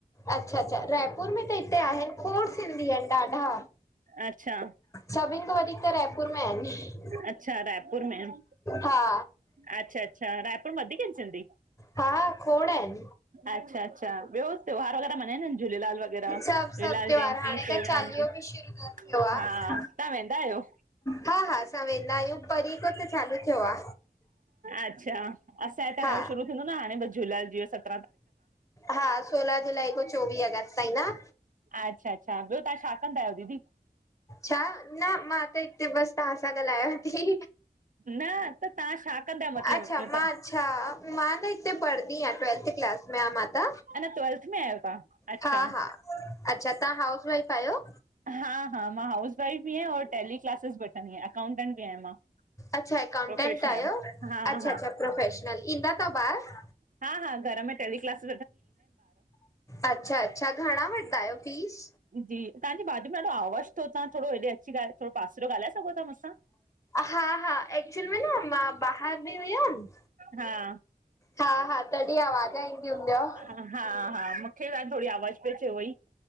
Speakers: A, on the left; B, on the right.
A: अच्छा अच्छा, रायपुर में त हिते आहिनि खोड़ सिंधी आहिनि ॾाढा।
B: अच्छा
A: सभिनि खां वधीक त, रायपुर में आहिनि।
B: अच्छा रायपुर में आहिनि।
A: हा
B: अच्छा अच्छा रायपुर में वधीक आहिनि सिंधी
A: हा, खोण इन।
B: अच्छा अच्छा, ॿियो त्योहार वग़ैरह मनाईंदा झूलेलाल वग़ैरह?
A: सभु सभु
B: जयंतीे
A: त्योहार हाणे
B: टेऊराम
A: त चालीहो
B: जी।
A: बि शुरू थियो आहे
B: हा, तव्हां वेंदा आहियो?
A: हा हा असां वेंदा आहियूं परीय खां त चालू थियो आ।
B: अच्छा असां हितां
A: हा
B: शुरू थींदो न हाणे बस झूलेलाल जी जो सभ
A: हा सोलह जुलाई खां चोवीह अगस्त ताईं न।
B: अच्छा अच्छा, ॿियो तव्हां छा कंदा आहियो दीदी?
A: छा न मां त हिते बसि तव्हां सां ॻाल्हायांव थी।
B: न त तव्हां छा कंदा मतिलबु
A: अच्छा
B: न त?
A: मां अच्छा मां न हिते पढ़ंदी आहियां ट्वेल्थ क्लास में आहिय मां त
B: हञ ट्वेल्थ में आहियो तव्हां? अच्छा
A: हा-हा अच्छा तव्हां हाउस वाइफ आहियो?
B: हा हा मां हाउस वाइफ बि आहियां और तयली क्लासेस वठंदी आहियां अकाउंटेंट बि आहियां मां।
A: अच्छा अकाउंटेंट
B: प्रोफेशनल
A: आयो अच्छा-अच्छा
B: हा हा
A: प्रोफेशनल, ईंदा थव ॿार?
B: हा-हा घर में टेल क्लास
A: अच्छा-अच्छा घणा वठंदा आयो फीस?
B: जी तव्हांजे बाॼ में डाधो आवाज़ तव तहां थोरो हेॾे अची थोरो पासीरे ॻाल्हाए सघो था मूंसां?
A: हा हा एक्चुअल में न मां ॿाहर थी हुयम
B: हा
A: हा-हा तॾहिं आवाज न ईंदी हूंदव
B: हा हा मुखे थोड़ी आवाज़ पई अचे वई